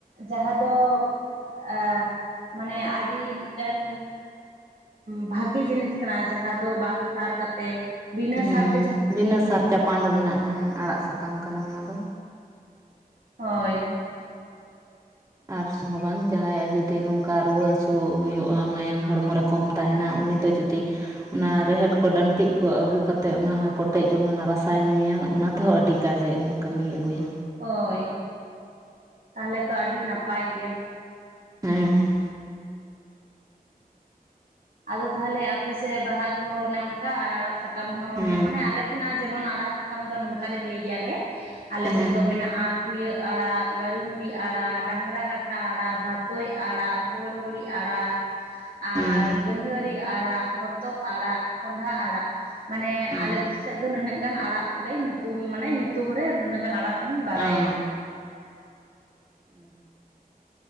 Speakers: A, on the right; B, on the right.
A: ᱡᱟᱦᱟᱸ ᱫᱚ ᱟᱹᱻ ᱢᱟᱱᱮ ᱟᱹᱰᱤ ᱢᱤᱫᱴᱮᱱ ᱵᱷᱟᱜᱤ ᱡᱤᱱᱤᱥ ᱠᱟᱱᱟ ᱡᱟᱦᱟᱸ ᱫᱚ ᱵᱟᱝ ᱥᱟᱨ ᱠᱟᱛᱮᱜ ᱵᱤᱱᱟᱹ
B: ᱦᱮᱸ
A: ᱥᱟᱨ
B: ᱵᱤᱱᱟᱹ ᱥᱟᱨ ᱪᱟᱯᱟᱱᱰ ᱨᱮᱱᱟᱜ ᱦᱮᱸ ᱟᱲᱟᱜ ᱥᱟᱠᱟᱢ ᱠᱟᱱᱟ ᱚᱱᱟ ᱫᱚ
A: ᱦᱳᱭ
B: ᱟᱨᱥ ᱦᱚᱸ ᱵᱟᱝ ᱡᱟᱦᱟᱸᱭᱟᱜ ᱡᱩᱫᱤ ᱱᱚᱝᱠᱟ ᱨᱩᱣᱟᱹ ᱦᱟᱹᱥᱩ ᱦᱩᱭᱩᱜᱼᱟ ᱢᱟᱭᱟᱝ ᱦᱚᱲᱢᱚ ᱨᱮ ᱠᱚᱢ ᱛᱟᱦᱮᱱᱟ ᱩᱱᱤ ᱫᱚ ᱡᱩᱫᱤ ᱚᱱᱟ ᱨᱮᱦᱮᱫ ᱠᱚ ᱰᱟᱹᱱᱴᱤᱡ ᱠᱚ ᱟᱹᱜᱩ ᱠᱟᱛᱮᱫ ᱚᱱᱟ ᱦᱚᱸᱭ ᱠᱚᱴᱮᱡ ᱡᱚᱝᱟ ᱚᱱᱟ ᱨᱟᱥᱟᱭ ᱧᱩᱭᱟ ᱚᱱᱟ ᱛᱮᱦᱚᱸ ᱟᱹᱰᱤ ᱠᱟᱡᱮ ᱮᱢᱟ ᱠᱟᱹᱢᱤᱭ ᱟᱹᱜᱩᱭᱟ
A: ᱦᱚᱭ ᱛᱟᱦᱚᱞᱮ ᱛᱚ ᱟᱹᱰᱤ ᱱᱟᱯᱟᱭ ᱜᱮ
B: ᱦᱮᱸ
A: ᱟᱫᱚ ᱛᱟᱦᱚᱞᱮ ᱟᱯᱮ ᱥᱮᱫ ᱵᱟᱦᱟ ᱦᱚᱸ ᱚᱱᱮ ᱚᱱᱠᱟ ᱟᱨ ᱟᱲᱟᱜ ᱥᱟᱠᱟᱢ ᱦᱚᱸ
B: ᱦᱮᱸ
A: ᱢᱟᱱᱮ ᱟᱞᱮ ᱥᱮᱱᱟᱜ ᱡᱮᱢᱚᱱ ᱟᱲᱟᱜ ᱥᱟᱠᱟᱢ ᱫᱚ ᱱᱚᱝᱠᱟ ᱞᱮ ᱞᱟᱹᱭ ᱜᱮᱭᱟᱞᱮ ᱟᱞᱮ
B: ᱦᱮᱸ
A: ᱥᱮᱫ ᱫᱚ ᱢᱮᱱᱟᱜᱼᱟ ᱴᱷᱩᱭᱟᱹ ᱟᱲᱟᱜ ᱜᱟᱹᱨᱩᱱᱰᱤ ᱟᱲᱟᱜ ᱰᱟᱝᱨᱟ ᱜᱟᱼᱼ ᱴᱟ ᱟᱲᱟᱜ ᱵᱷᱟᱛᱚᱭ ᱟᱲᱟᱜ ᱦᱳᱲᱦᱚᱲᱤ ᱟᱲᱟᱜ ᱟᱨ
B: ᱦᱮᱸ
A: ᱜᱟᱺᱫᱷᱟᱹᱨᱤ ᱟᱲᱟᱜ ᱦᱚᱛᱚᱫ ᱟᱲᱟᱜ ᱠᱚᱸᱰᱷᱟ ᱟᱲᱟᱜ ᱢᱟᱱᱮ
B: ᱦᱮᱸ
A: ᱟᱞᱮ ᱥᱮᱫ ᱫᱚ ᱱᱩᱱᱟᱹᱜ ᱜᱟᱱ ᱟᱲᱟᱜ ᱞᱮ ᱧᱩᱛᱩᱢ ᱢᱟᱱᱮ ᱧᱩᱛᱩᱢᱨᱮ ᱱᱩᱱᱟᱹᱜ ᱜᱟᱱ ᱟᱲᱟᱜ ᱤᱧ ᱵᱟᱲᱟᱭᱟ
B: ᱦᱮᱸ <inaudible>